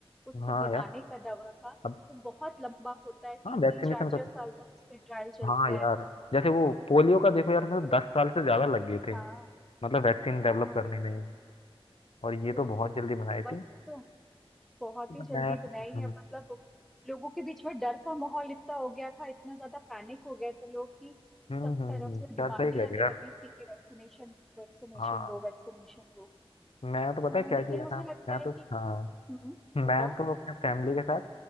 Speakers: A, in the centre; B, on the left.
A: उसको
B: हाँ
A: बनाने
B: यार
A: का दवा का
B: अब
A: तो बहुत लंबा होता है तीन
B: हाँ वैक्सीनेशन
A: तीन चार
B: का
A: चार
B: तो,
A: साल तक उसके ट्रायल चलते
B: हाँ यार
A: हैं
B: जैसे वो पोलियो का देखो यार उसमें तो दस साल से ज्यादा लग गए थे
A: हाँ
B: मतलब वैक्सीन डेवलप
A: हाँ
B: करने
A: बिल्कुल
B: में ही और ये
A: बिल्कुल
B: तो बहुत जल्दी बनाई
A: वही
B: थी
A: तो बहुत
B: तो
A: ही
B: मैं
A: जल्दी
B: तो,
A: बनाई है
B: हम्म
A: मतलब लोगों के बीच में डर का माहौल इतना हो गया था इतना ज्यादा पैनिक हो गए थे लोग कि
B: हम्म
A: सब
B: हम्म
A: तरफ
B: हम्म,
A: से डिमांड
B: यार सही कह
A: ही
B: रहे
A: आने
B: हो यार
A: लगी थी कि वैक्सीनेशन वैक्सीनेशन
B: हाँ
A: दो वैक्सीनेशन दो
B: मैं तो पता
A: हाँ,
B: है क्या
A: लेकिन
B: किया
A: मुझे
B: था
A: लगता
B: मैं
A: है
B: तो
A: कि
B: हाँ
A: हम्म बताओ
B: मैं तो अपने फैमिली के साथ